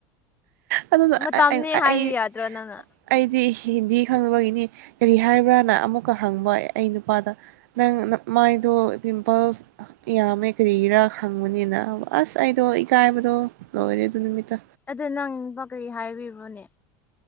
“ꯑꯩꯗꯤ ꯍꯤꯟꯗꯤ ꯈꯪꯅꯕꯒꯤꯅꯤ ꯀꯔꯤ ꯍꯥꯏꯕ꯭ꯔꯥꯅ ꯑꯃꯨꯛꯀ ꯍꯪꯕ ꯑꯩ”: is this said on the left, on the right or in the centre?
Right